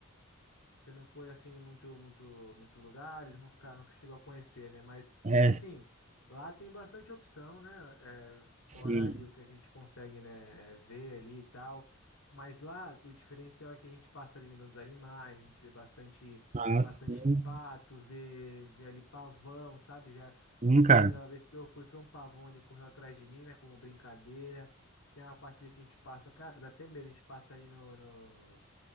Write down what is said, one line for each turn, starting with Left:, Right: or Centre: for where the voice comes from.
Left: Você não foi assim em muito, muito, muitos lugares, nunca, nunca chegou a conhecer, né? Mas
Right: é,
Left: assim, lá tem bastante opção, né? É, fora
Right: sim.
Left: ali o que a gente consegue, né? é, ver ali e tal. Mas lá o diferencial é que a gente passa ali no meio dos animais, a gente vê bastante,
Right: Ah,
Left: bastante
Right: sim,
Left: pato, vê, vê ali pavão, sabe? Já,
Right: sim,
Left: inclusive
Right: cara.
Left: a vez que eu fui, foi um pavão ali correu atrás de mim, né? Como brincadeira. Tem uma parte ali que a gente passa, cara, dá até medo, a gente passa ali no no-